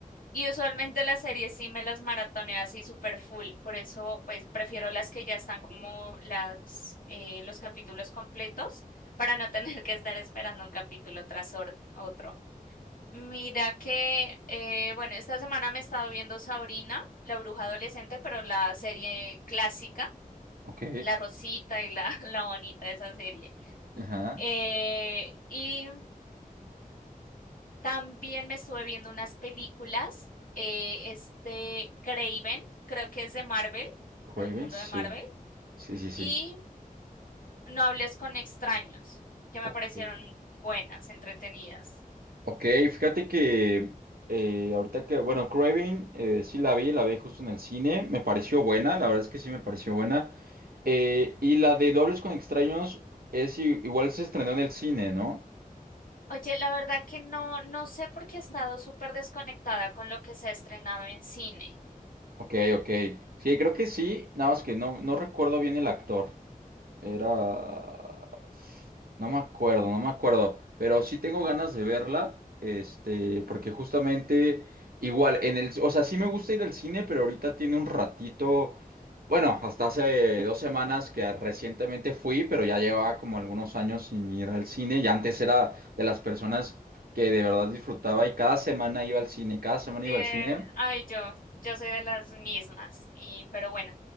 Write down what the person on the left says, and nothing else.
Y usualmente las series sí me las maratoneo así super full, por eso pues prefiero las que ya están como las eh, los capítulos completos para no <laughs> tener que estar esperando un capítulo tras or- otro. Mira que eh, bueno, esta semana me he estado viendo Sabrina, la bruja adolescente, pero la serie clásica,
la Rosita y la, <laughs> la Bonita, esa serie.
Eh, y También me estuve viendo unas películas, eh, es de Craven, creo que es de Marvel,
del mundo
de Marvel,
y No hables con extraños, que me
parecieron buenas, entretenidas.
Oye, la verdad que no, no sé por qué he estado súper desconectada con lo que se ha estrenado en cine.
Eh,
ay, yo, yo soy de las mismas, y, pero bueno,